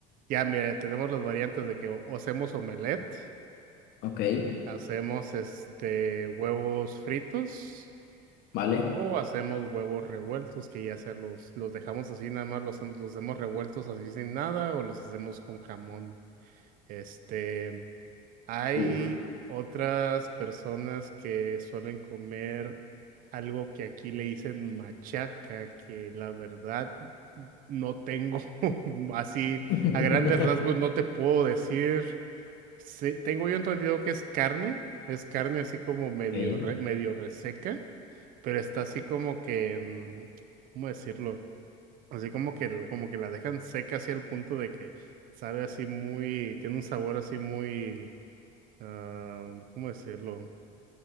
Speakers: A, on the right; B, on the left.
A: Ya, mira, tenemos las variantes de que o o hacemos omelette,
B: Ok,
A: hacemos este huevos fritos.
B: ¿vale?
A: O hacemos huevos revueltos, que ya sea los, los dejamos así, nada más los, hacemos- los hacemos revueltos así sin nada, o los hacemos con jamón. Este, hay
B: Uf.
A: otras personas que suelen comer algo que aquí le dicen machaca, que la verdad no tengo <laughs> así,
B: <laughs>
A: a grandes rasgos no te puedo decir. Sé- tengo yo entendido que es carne, es carne así como medio,
B: Ok,
A: re- medio reseca pero está así como que, mm, ¿cómo decirlo? Así como que, el- como que la dejan seca así al punto de que sabe así muy, tiene un sabor así muy, ah, ¿cómo decirlo?